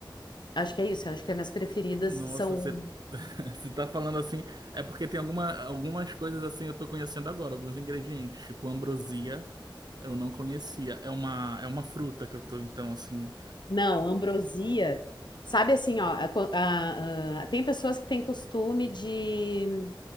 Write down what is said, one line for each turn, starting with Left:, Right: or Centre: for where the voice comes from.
Left: acho que é isso. Acho que as minhas preferidas
Right: Nossa,
Left: são.
Right: você, <laughs> você tá falando assim, é porque tem alguma, algumas coisas assim eu tô conhecendo agora, alguns ingredientes, tipo ambrosia, eu não conhecia. É uma, é uma fruta que eu tô, então, assim.
Left: Não, ambrosia. Sabe assim, ó, a co- a- a- tem pessoas que têm costume de